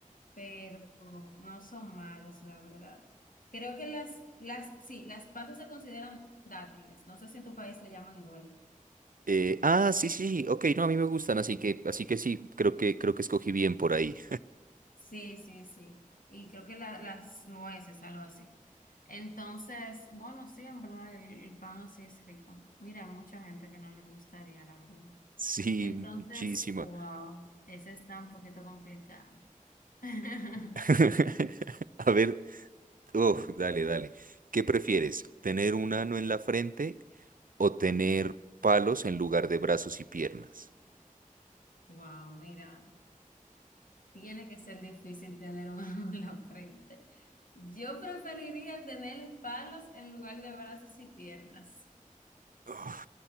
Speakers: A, on the left; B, on the right.
A: pero no son malos, la verdad. Creo que las, las, sí, las pasas se consideran dátiles. No sé si en tu país le llaman igual.
B: Eh, ah, sí, sí, sí, ok, no, a mí me gustan, así que, así que sí, creo que, creo que escogí bien por ahí.
A: Sí, sí, sí. Y creo que la- las nueces, algo así. Entonces, bueno, sí, en verdad, el, el pan así es rico. Mira, hay mucha gente que no le gustaría, la verdad.
B: Sí,
A: Entonces,
B: muchísima.
A: wow, ese está un poquito complicado. <laughs>
B: <laughs> A ver, uf, dale, dale. ¿Qué prefieres? ¿Tener un ano en la frente o tener palos en lugar de brazos y piernas?
A: Wow, mira. Tiene que ser difícil tener un <laughs> ángulo en la frente. Yo preferiría tener palos en lugar de brazos y piernas.
B: Uf,